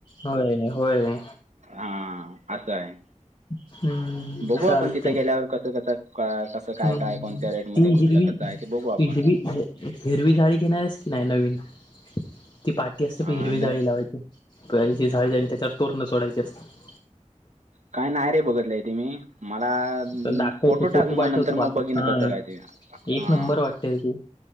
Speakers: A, on the left; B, on the right.
A: होय रे. होय रे.
B: हा असं आहे,
A: हम्म
B: बघू
A: चालतंय
B: आपण तिथं गेल्यावर कसं कसं का कसं काय
A: हम्म
B: काय कोणत्या रेट मध्ये
A: ती
B: कुठलं
A: हिरवी
B: कसं आहे ते बघू आपण.
A: ती हिरवी हिरवी झाळी घेणारस की नाही नवीन, ती पाट असते
B: अन्
A: पण हिरवी झाळी लावायची. कोणाची साडी जाईल आणि त्याच्यावर तोरणं सोडायचे असतते.
B: काय, नाही रे बघत लंय ते मी. मला
A: तर दाखवतो
B: फोटो टाक मग
A: पाठवतो
B: नंतर
A: माझा
B: मग बघिन
A: हा
B: कसं काय ते,
A: एक
B: हा.
A: नंबर वाटते ती